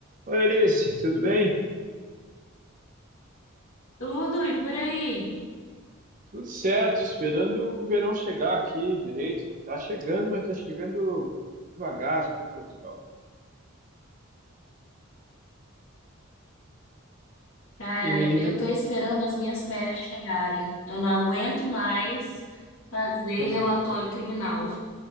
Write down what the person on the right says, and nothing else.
Oi, Alice, tudo bem?
Tudo certo, esperando o verão chegar aqui direito. Tá chegando, mas tá chegando devagar tipo, em Portugal.
E me diz,
um-
é.